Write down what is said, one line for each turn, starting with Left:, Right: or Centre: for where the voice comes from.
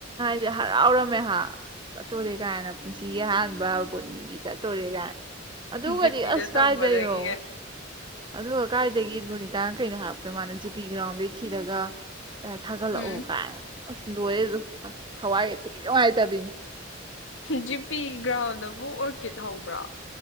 Right: ꯗꯤ ꯍꯔꯥꯎ ꯔꯝ ꯃꯦꯍꯥ ꯆꯠꯇꯧꯔꯦ ꯀꯥꯏꯅ ꯄꯨꯟꯁꯤꯒꯤ ꯑꯍꯥꯟ ꯕ ꯕꯣꯠꯅꯤꯒꯤ ꯆꯠꯇꯣꯔꯦ ꯒꯥꯏ, ꯑꯗꯨꯒꯗꯤ
Left: ꯖꯤꯄꯤꯗ
Right: ꯑꯁ ꯀꯥꯏꯗꯩꯅꯣ,
Left: ꯇꯝꯕꯗꯒꯤ
Right: ꯑꯗꯨꯒ ꯀꯥꯏꯗꯒꯤ ꯕꯨꯅꯤꯇꯥꯅ ꯀꯩꯅꯣ ꯍꯥꯏꯔꯛꯄ ꯗꯨ ꯃꯥꯅ ꯖꯤ ꯄꯤ ꯒ꯭ꯔꯥꯎꯟꯗꯩ ꯊꯤꯔꯒ ꯊꯥꯒꯠꯂꯛꯑꯣ
Left: ꯎꯝ
Right: ꯀꯥꯏꯅ ꯑꯁ ꯂꯣꯏꯌꯦ ꯗꯨ ꯍ ꯊꯋꯥꯏꯒ ꯊꯤꯅ ꯅꯨꯡꯉꯥꯏꯇꯕꯤꯅꯤ꯫
Left: ꯖꯤ ꯄꯤ ꯒ꯭ꯔꯥꯎꯟꯗꯕꯨ ꯑꯣꯔꯀꯤꯠ ꯍꯧꯕ꯭ꯔꫭ꯫